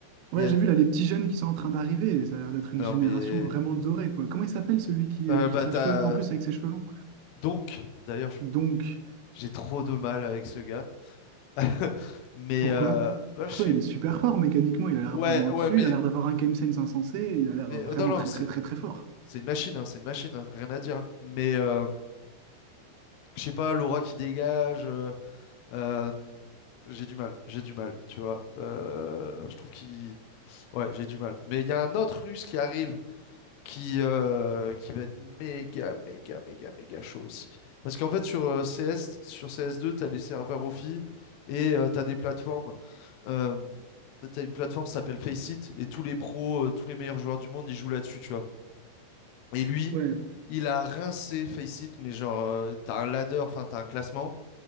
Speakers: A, on the left; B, on the right.
A: Il
B: Ouais,
A: y a.
B: j'ai vu là les petits jeunes qui sont en train d'arriver. et Ça a l'air d'être
A: Non,
B: une génération
A: mais.
B: vraiment dorée, quoi. Comment il s'appelle celui qui,
A: euh,
B: euh, qui
A: bah,
B: trash
A: t'as.
B: talk en plus avec ses cheveux longs?
A: Donc, d'ailleurs, je-
B: Donc,
A: j'ai trop de mal avec ce gars. <laughs> Mais.
B: pourquoi?
A: euh, bah,
B: Pourtant,
A: je sais.
B: il est super fort mécaniquement. Il a l'air
A: Ouais,
B: vraiment au-dessus.
A: ouais, mais.
B: Il a l'air d'avoir un game sense insensé. Il a l'air
A: mais... euh,
B: vraiment
A: Non, non,
B: très,
A: mais c'est
B: très, très, très fort.
A: c'est une machine, hein, c'est une machine, hein, rien à dire. hein. Mais. euh, Je sais pas, l'aura qui dégage. euh, Euh, j'ai du mal, j'ai du mal, tu vois. Euh, je trouve qu'il... Ouais, j'ai du mal. Mais il y a un autre Russe qui arrive qui, euh, qui va être méga, méga, méga, méga chaud aussi. Parce qu'en fait, sur euh, CS, sur cs deux, t'as les serveurs offi et euh, t'as des plateformes. Euh, t'as une plateforme qui s'appelle Faceit et tous les pros, euh, tous les meilleurs joueurs du monde, ils jouent là-dessus, tu vois. Et lui,
B: Ouais.
A: il a rincé Faceit, mais genre, euh, t'as un ladder, enfin, t'as un classement.